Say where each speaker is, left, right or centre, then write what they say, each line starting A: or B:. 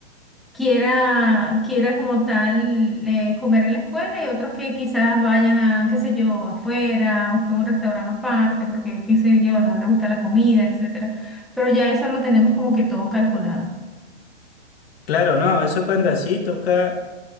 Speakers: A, in the centre; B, on the left.
A: quiera, quiera como tal eh, comer en la escuela y otros que quizás vayan a, qué sé yo, afuera o que un restaurante aparte porque, qué sé yo, no le gusta la comida, etcétera. Pero ya eso lo tenemos como que todo calculado.
B: Claro, no, eso cuando así toca.